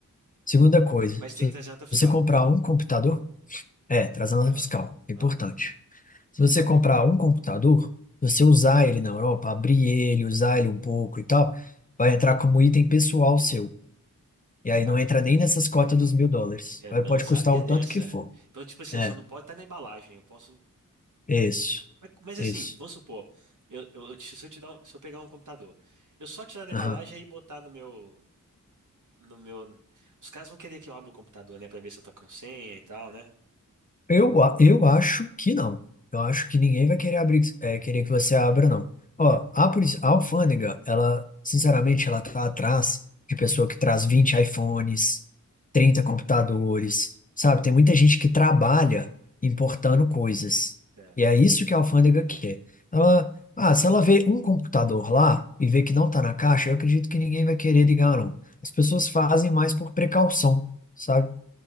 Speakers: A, on the left; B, on the right.
A: Segunda coisa,
B: Mas tem
A: se
B: que trazer nota fiscal.
A: você comprar um computador, é, trazendo
B: Ah,
A: fiscal, é importante.
B: ah,
A: Se você comprar um computador, você usar ele na Europa, abrir ele, usar ele um pouco e tal, vai entrar como item pessoal seu. E aí
B: ah,
A: não entra nem nessas cotas dos mil dólares.
B: eu
A: Aí
B: não
A: pode
B: sabia
A: custar o
B: dessa.
A: tanto que for.
B: Então, tipo assim,
A: É,
B: eu só não posso estar na embalagem, eu posso.
A: isso,
B: Mas, mas assim,
A: isso.
B: vamos supor, eu, eu, eu te- se eu te dar um- se eu pegar um computador, eu só tirar da embalagem
A: Aham.
B: e botar no meu, no meu. Os caras vão querer que eu abra o computador, né, pra ver se eu tô com senha e tal, né?
A: Eu, a- eu acho que não. Eu acho que ninguém vai querer abrir, é, querer que você abra, não. Ó, a, polici- a alfândega, ela, sinceramente, ela tá atrás de pessoa que traz 20 iPhones, 30 computadores, sabe? Tem muita gente que trabalha importando coisas.
B: Certo.
A: E é isso que a alfândega quer. Ela, ah, se ela vê um computador lá e vê que não tá na caixa, eu acredito que ninguém vai querer ligar, não. As pessoas fazem mais por precaução, sabe?